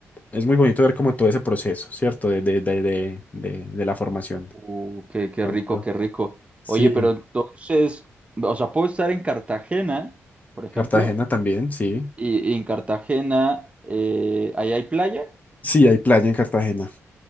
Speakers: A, on the left (about 30°); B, on the right (about 25°).
A: es muy bonito ver como todo ese proceso, ¿cierto? De, de, de, de, de, de la formación.
B: Uh, qué, qué
A: Bonito.
B: rico, qué rico.
A: Sí,
B: Oye, pero entonces, o sea, puedo estar en Cartagena, por ejemplo,
A: Cartagena también, sí.
B: y, y en Cartagena, eh, ahí hay playa.
A: Sí, hay playa en Cartagena.